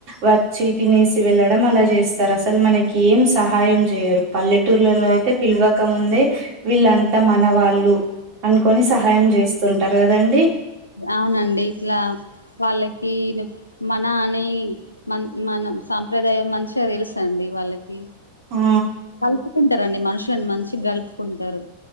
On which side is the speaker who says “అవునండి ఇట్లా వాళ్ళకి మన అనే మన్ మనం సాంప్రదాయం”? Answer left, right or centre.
Left